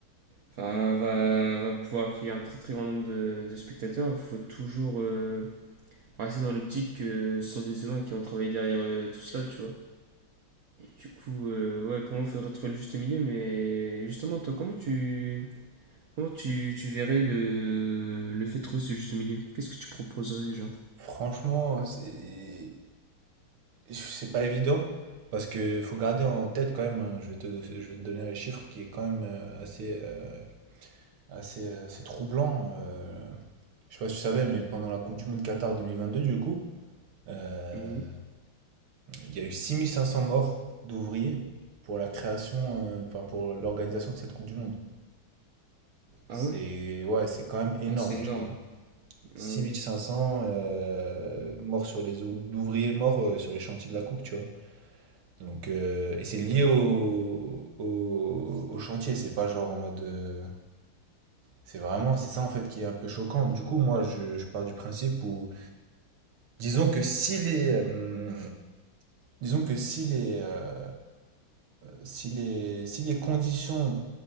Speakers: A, on the right; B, on the right.
A: Enfin, va, va pouvoir accueillir un très très grand nombre de, de spectateurs, il faut toujours euh, rester dans l'optique que ce sont des humains qui ont travaillé derrière euh, tout cela, tu vois. du coup, euh, ouais, pour moi, il faudrait trouver le juste milieu, mais justement, toi, comment tu Comment tu, tu verrais le, le fait de trouver ce juste milieu? Qu'est-ce que tu proposerais, genre?
B: Franchement, c'est c'est pas évident parce que faut garder en tête quand même. hein, je vais te, je vais te donner un chiffre qui est quand même euh, assez, euh, Ah, c'est euh, c'est troublant. euh, je sais pas si tu savais, mais pendant la Coupe du Monde Qatar 2022, du coup, euh,
A: Mhm.
B: il y a eu 6500 morts d'ouvriers pour la création, euh, enfin, pour l'organisation de cette Coupe du Monde. C'est
A: Ah ouais?
B: ouais, c'est quand même énorme,
A: Ah, c'est énorme.
B: tu vois. 6500
A: Ah oui.
B: euh, morts sur les ou- d'ouvriers morts euh, sur les chantiers de la coupe, tu vois. Donc euh, et c'est lié au, au, au chantier, c'est pas genre en mode euh, C'est vraiment, c'est ça en fait qui est un peu choquant. Du coup, moi, je, je pars du principe où, disons que si les, hum, disons que si les, euh, si les, si les conditions